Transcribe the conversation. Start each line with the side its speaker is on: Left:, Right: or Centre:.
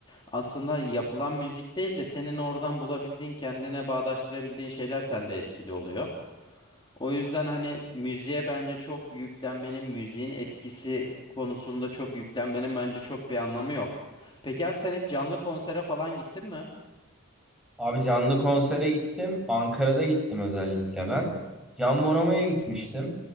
Left: aslında yapılan müzik değil de senin oradan bulabildiğin, kendine bağdaştırabildiğin şeyler sende etkili oluyor. O yüzden hani müziğe bence çok yüklenmenin, müziğin etkisi konusunda çok yüklenmenin bence çok bir anlamı yok. Peki abi sen hiç canlı konsere falan gittin mi?
Centre: Abi canlı konsere gittim. Ankara'da gittim özellikle ben. Can Bonomo'ya gitmiştim.